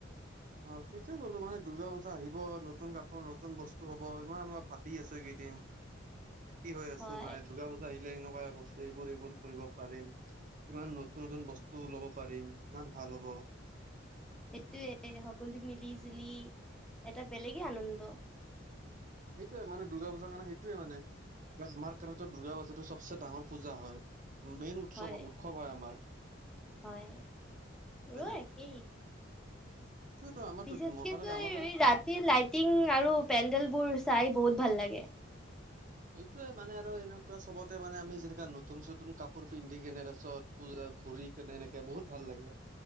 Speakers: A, on the right; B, in the centre.
A: অ সেইটোয়ে গ'লো মানে দুৰ্গা পূজা আহিব নতুন কাপোৰ নতুন বস্তু হব ইমান মই ভাবি আছো তি হৈ আছো
B: হয়
A: মানে দুৰ্গা পূজা আহিলে এনেকোৱা বস্তু এইবোৰ এইবোৰ কৰিব পাৰিম ইমান নতুন নতুন বস্তু লব পাৰিম ইমান ভাল হ'ব <inaudible>
B: সেইটোয়ে সকলো মিলি জুলি এটা বেলেগে আনন্দ
A: সেইটোৱে মানে দুৰ্গা পূজাৰ কাৰণে সেইটোৱে মানে আমাৰ কাৰণ দুৰ্গা পূজাটো চবচে ডাঙৰ পূজা হয় মেইন উৎসৱ
B: হয়
A: উৎসৱ হয় আমাৰ
B: হয়
A: হয়
B: ৰোৱে
A: নে
B: কি
A: সেইটোয়েতো আমাৰ
B: বিশষকো
A: মোৰ কাৰণে আমাৰ কাৰণে
B: ৰাতি লাইটিং আৰু পেণ্ডেল বোৰ চাই বহুত ভাল লাগে
A: এইটোয়ে মানে আৰু এনেকুৱা চবতে মানে আমি যেনো নতুন চতুন কাপোৰ পিন্ধি কিনে তছত পজা <unintelligible> ঘুৰি কেনে এনেকে বহুত ভাল লাগে